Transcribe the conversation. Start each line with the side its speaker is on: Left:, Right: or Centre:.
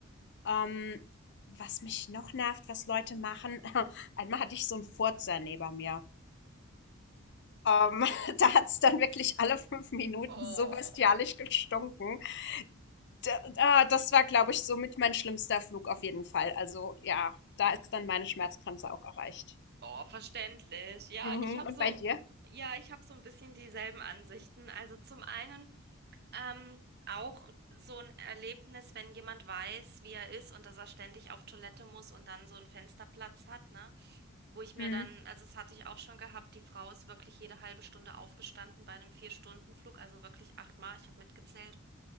Left: Ähm, was mich noch nervt, was Leute machen <laughs> einmal hatte ich so 'n Furzer neben mir. Ähm, <laughs> da hat's dann wirklich alle fünf Minuten
Right: Oh,
Left: so bestialisch gestunken. D ah, das war, glaube ich, somit mein schlimmster Flug auf jeden Fall. Also, ja, da ist dann meine Schmerzgrenze auch erreicht.
Right: oh, verständlich. Ja,
Left: Mhm,
Right: ich habe
Left: und
Right: so,
Left: bei dir?
Right: ja, ich habe so ein bisschen dieselben Ansichten. Also zum einen Ähm, auch so ein Erlebnis, wenn jemand weiß, wie er ist und dass er ständig auf Toilette muss und dann so einen Fensterplatz hat, ne? Wo ich mir
Left: Mhm,
Right: dann, also das hatte ich auch schon gehabt, die Frau ist wirklich jede halbe Stunde aufgestanden bei einem Vier-Stunden-Flug, also wirklich achtmal, ich habe mitgezählt.